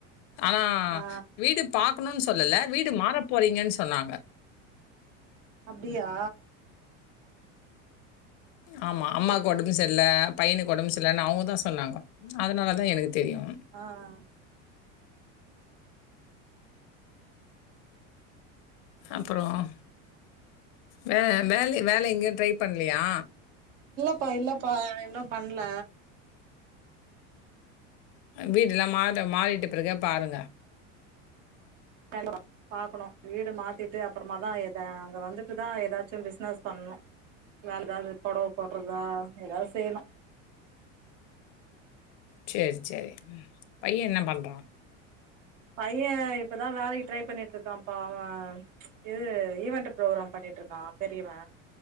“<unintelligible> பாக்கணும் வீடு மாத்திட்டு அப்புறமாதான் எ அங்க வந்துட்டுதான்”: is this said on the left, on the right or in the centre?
Right